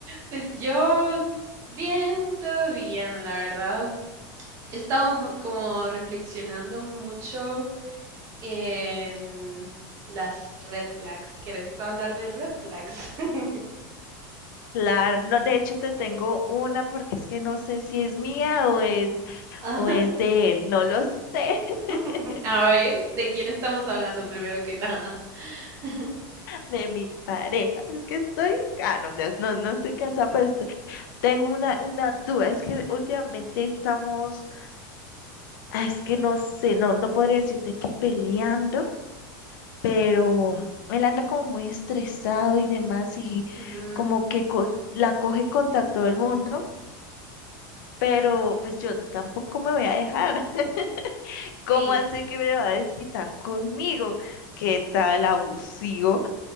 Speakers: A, on the right; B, on the left.
A: Pues yo, bien, todo bien, la verdad. He estado mu- como reflexionando mucho en las red flags. ¿Quieres hablar de red flags? <laughs>
B: Claro, no, de hecho te tengo una porque es que no sé si es mía o es,
A: Ajá.
B: o es de él, no lo sé, <laughs>
A: <laughs> A ver, ¿de quién estamos hablando primero que nada? <laughs>
B: de mi pareja. Es que estoy, ah, no, ya- no, no estoy cansada, pero este- tengo una, una duda. Es que últimamente estamos, ah, es que no sé, no, no podría decirte que peleando. pero él anda como muy estresado y demás y
A: Ujú,
B: como que co- la coge contra todo el mundo, pero pues yo tampoco me voy a dejar. <laughs>
A: Sí.
B: ¿Cómo así que me va a desquitar conmigo? ¿Qué tal abusivo?